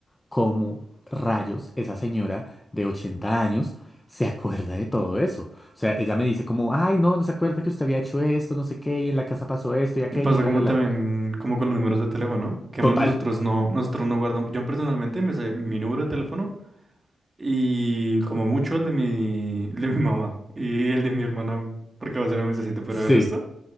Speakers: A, on the left (about 20°); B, on the right (about 30°).
A: ¿cómo rayos esa señora de 80 años se acuerda de todo eso? O sea, ella me dice como, ay, no, no se acuerda que usted había hecho esto, no sé qué, y en la casa pasó esto y aquello
B: Y pasa
A: y bla,
B: como
A: bla, bla.
B: también, como con los números de teléfono, que
A: Total,
B: mo- nosotros no, nosotros no guardamos, yo personalmente me sé mi número de teléfono y como mucho el de mi, el de mi mamá y el de mi hermana, porque a veces lo necesito, pero
A: sí,
B: el resto.